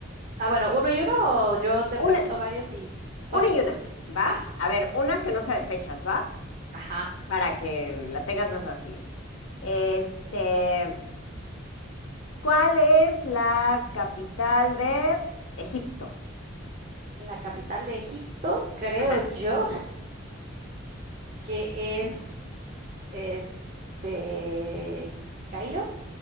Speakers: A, on the right; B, on the left.
A: Ah, bueno, uno y uno, o yo te
B: Una,
A: pregunto varios y...
B: una
A: Ok,
B: y una, ¿va?
A: va.
B: A ver, una que no sea de fechas, ¿va?
A: Ajá.
B: Para que la tengas más fácil. Este, ¿cuál es la capital de Egipto?
A: La capital de Egipto, creo
B: Ajá.
A: yo, que es Este, Cairo,